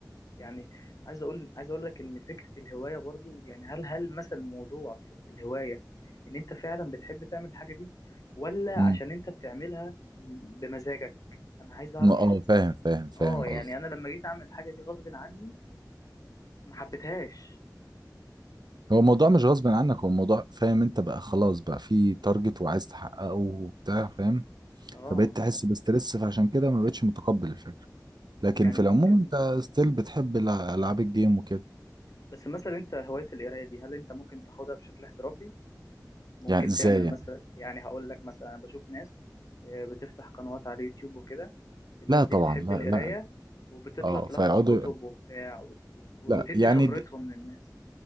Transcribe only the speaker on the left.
يعني عايز اقول عايز اقول لك ان فكره الهوايه برضو يعني هل هل مثلا الموضوع في في الهوايه ان انت فعلا بتحب تعمل الحاجه دي ولا
عشان انت بتعملها بمزاجك انا عايز اعرف
اه
يعني انا لما جيت اعمل الحاجه دي غصب عني ما حبيتهاش
اه
يعني
ممكن
بس مثلا انت هوايه القرايه دي هل انت ممكن تاخدها بشكل احترافي ممكن
تعمل
مثلا يعني هقول لك مثلا انا بشوف ناس آه، بتفتح قنوات على اليوتيوب وكده الناس
دي
بتحب
القراية
وبتطلع
تلخص
كتب وبتاع وت- وت- وتدي
خبرتهم
للناس